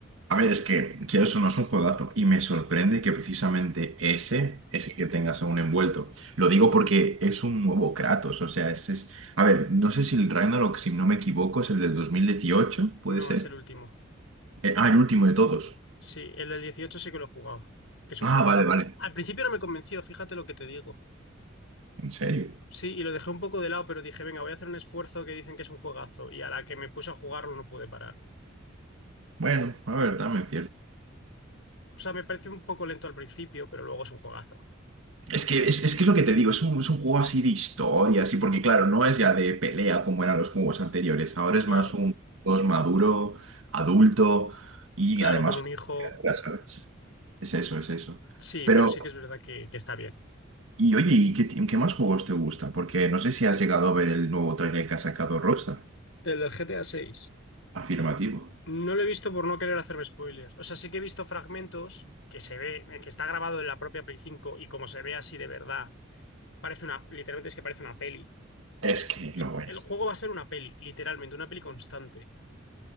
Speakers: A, on the right (about 80°); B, on the left (about 75°).
A: A ver, es que quieras o no es un juegazo y me sorprende que precisamente ese es el que tengas aún envuelto. Lo digo porque es un nuevo Kratos, o sea, ese es... A ver, no sé si el Ragnarok, si no me equivoco, es el del dos mil dieciocho ¿puede
B: No,
A: ser?
B: es el último.
A: Eh, ah, el último de todos.
B: Sí, el del dieciocho sí que lo he jugado, que es un
A: Ah,
B: juego.
A: vale, vale.
B: Al principio no me convenció, fíjate lo que te digo.
A: ¿En serio?
B: Sí, y lo dejé un poco de lado, pero dije, venga, voy a hacer un esfuerzo que dicen que es un juegazo. Y a la que me puse a jugarlo no pude parar.
A: Bueno, a ver, también es cierto.
B: O sea, me pareció un poco lento al principio, pero luego es un juegazo.
A: Es que es, es que es lo que te digo, es un, es un juego así de historia, así, porque claro, no es ya de pelea como eran los juegos anteriores, ahora es
B: Claro,
A: más un juego maduro, adulto y
B: claro,
A: además
B: con un
A: con
B: hijo.
A: criaturas, ¿sabes? Es eso, es eso.
B: Sí,
A: Pero,
B: pero sí que es verdad que que está bien.
A: y oye, ¿y qué, ti- qué más juegos te gustan? Porque no sé si has llegado a ver el nuevo trailer que ha sacado Rockstar.
B: El del GTA 6.
A: Afirmativo.
B: No lo he visto por no querer hacer spoilers. O sea, sí que he visto fragmentos que se ve, que está grabado en la propia Play 5 y como se ve así de verdad, parece una, literalmente es que parece una peli.
A: Es que
B: O sea,
A: lo es.
B: el juego va a ser una peli, literalmente, una peli constante.